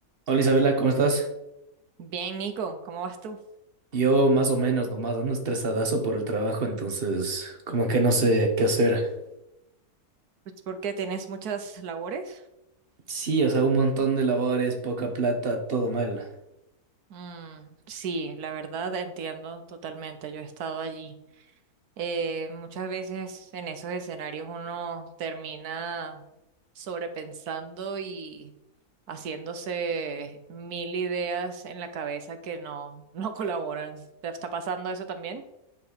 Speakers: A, on the right; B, on the right.
A: Hola Isabela, ¿cómo estás?
B: Bien, Nico, ¿cómo vas tú?
A: Yo más o menos nomás ando estresadazo por el trabajo, entonces como que no sé qué hacer.
B: Pues ¿por qué tienes muchas labores.
A: Sí, o sea, un montón de labores, poca plata, todo mal.
B: Mm, sí, la verdad entiendo totalmente. Yo he estado allí. Eh, muchas veces en esos escenarios uno termina sobrepensando y haciéndose mil ideas en la cabeza que no, <laughs> no colaboran. ¿Te está pasando eso también?